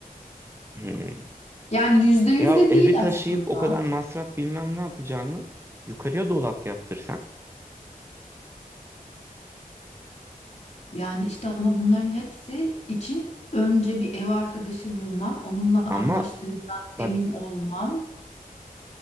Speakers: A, on the right (about 15°); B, on the left (about 50°).
A: Hmm.
B: Yani yüzde yüz
A: Ya
B: de
A: evi
B: değil
A: taşıyıp
B: aslında.
A: o kadar masraf bilmem ne yapacağını yukarıya dolap yaptırsan.
B: Yani işte ama bunların hepsi için önce bir ev arkadaşı bulmam, onunla anlaştığımdan
A: Ama
B: emin
A: bak
B: olmam